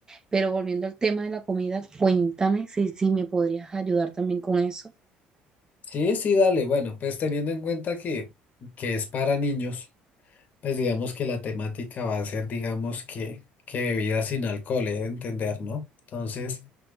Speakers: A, on the right; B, on the left.
A: pero volviendo al tema de la comida, cuéntame si, si me podrías ayudar también con eso.
B: Sí, sí, dale. Bueno, pues teniendo en cuenta que, que es para niños, pues digamos que la temática va a ser, digamos que, que bebidas sin alcohol, he de entender, ¿no? Entonces,